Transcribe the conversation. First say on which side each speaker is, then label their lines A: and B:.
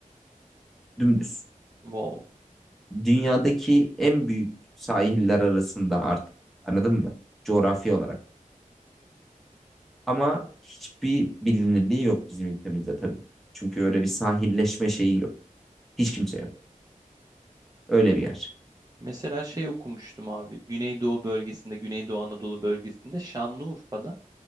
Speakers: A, in the centre; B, on the right.
A: Dümdüz.
B: Wow.
A: dünyadaki en büyük sahiller arasında artık. Anladın mı? Coğrafi olarak. Ama hiçbir bilinirliği yok bizim ülkemizde tabii ki. Çünkü öyle bir sahilleşme şeyi yok. Hiç kimse yok. Öyle bir yer.
B: Mesela şey okumuştum abi. Güneydoğu bölgesinde, Güneydoğu Anadolu bölgesinde Şanlıurfa'da